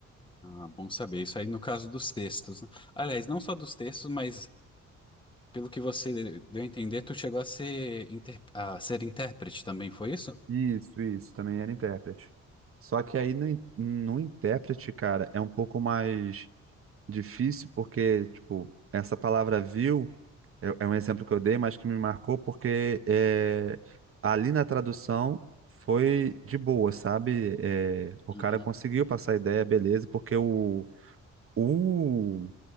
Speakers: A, on the left; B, on the right.
A: Ah, bom saber. Isso aí no caso dos textos, né? Aliás, não só dos textos, mas pelo que você deu a entender, tu chegou a ser, inter- a ser intérprete também, foi isso?
B: Isso, isso, também era intérprete. Só que aí no, in- no intérprete, cara, é um pouco mais difícil porque, tipo, essa palavra viu é, é um exemplo que eu dei, mas que me marcou porque é, ali na tradução foi de boa, sabe? É, o
A: Uhum.
B: cara conseguiu passar a ideia, beleza, porque o, o